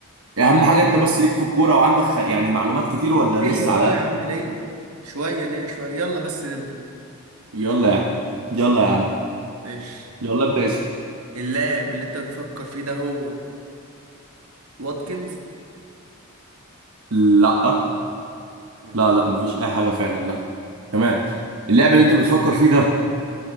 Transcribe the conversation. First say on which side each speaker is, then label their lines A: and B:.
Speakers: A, on the right; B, on the right.
A: اهم حاجه انت بس ليك في الكوره وعندك خ- يعني معلومات كتير ولا
B: ليا
A: لسه
B: اه
A: على
B: يا
A: قد
B: عم ليا شوية ليا شوية يلا بس نبدأ
A: يلا يا عم يلا يا عم
B: ماشي
A: يلا ابدا اسال
B: اللاعب اللي انت بتفكر فيه ده هو واتكنز
A: لا
B: ماشي
A: لا لا مفيش اي حاجه فعلا لا تمام
B: ماشي.
A: اللاعب اللي انت بتفكر فيه ده